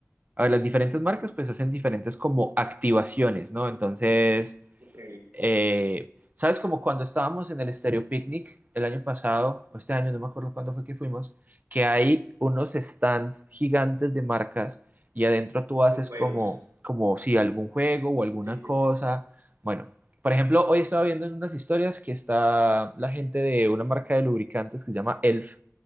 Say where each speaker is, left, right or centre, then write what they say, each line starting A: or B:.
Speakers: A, on the right; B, on the right.
A: a ver, las diferentes marcas pues hacen diferentes como activaciones, ¿no? Entonces,
B: ok,
A: eh, ¿sabes? Como cuando estábamos en el Stereo Picnic el año pasado, o este año, no me acuerdo cuándo fue que fuimos, que hay unos stands gigantes de marcas y adentro tú haces
B: con juegos,
A: como, como si algún juego o alguna
B: sí, sí,
A: cosa.
B: sí, sí,
A: Bueno, por ejemplo, hoy estaba viendo en unas historias que está la gente de una marca de lubricantes que se llama Elf